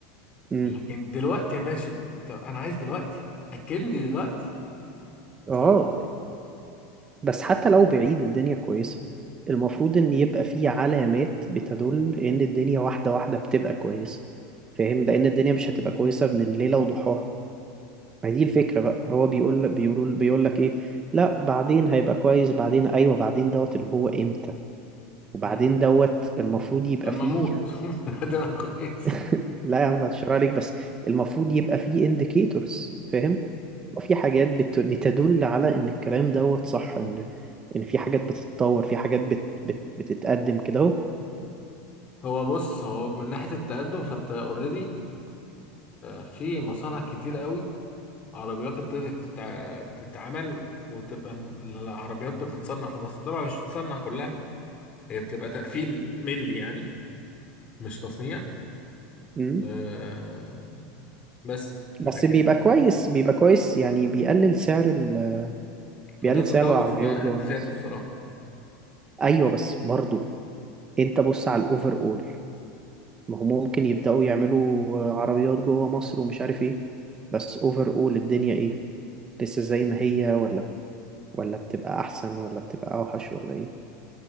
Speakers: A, on the right (about 20°); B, on the left (about 25°).
A: امم
B: لكن دلوقتي يا باشا طب انا عايز دلوقتي اكلني دلوقتي انت
A: اه
B: فاهم؟
A: بس حتى لو بعيد الدنيا كويسة المفروض ان يبقى في علامات بتدل ان الدنيا واحدة واحدة بتبقى كويسة فاهم لان الدنيا مش هتبقى كويسة من ليلة وضحاها ما هي دي الفكرة بقى هو بيقول بيقول بيقول لك ايه لا بعدين هيبقى كويس بعدين ايوه بعدين دوت اللي هو امتى وبعدين
B: مم.
A: دوت المفروض يبقى
B: لما
A: فيه
B: اموت <laughs> هتبقى كويس
A: <laughs> لا يا عم بشرح عليك بس المفروض يبقى فيه indicators فاهم في حاجات بت... بتدل على ان الكلام دوت صح ان ان في حاجات بتتطور في حاجات بت... بت... بتتقدم كده اهو
B: هو بص هو من ناحية التقدم فانت اوريدي في مصانع كتير قوي عربيات ابتدت تتع- تتعمل وتبقى الم- العربيات بتتصنع في مصر طبعا مش بتتصنع كلها هي بتبقى تقفيل مينلي يعني مش تصنيع
A: أمم.
B: آه، بس لكن
A: بس بيبقى
B: ف-
A: كويس بيبقى كويس يعني بيقلل سعر ال...
B: فده
A: بيقلل
B: تطور
A: سعر العربيات
B: في حد
A: جوه
B: ذاته
A: مصر
B: الصراحة
A: ايوه بس برضو انت بص على الاوفر اول ما هم ممكن يبداوا يعملوا عربيات جوه مصر ومش عارف ايه بس اوفر اول الدنيا ايه لسه زي ما هي ولا ولا بتبقى احسن ولا بتبقى اوحش ولا ايه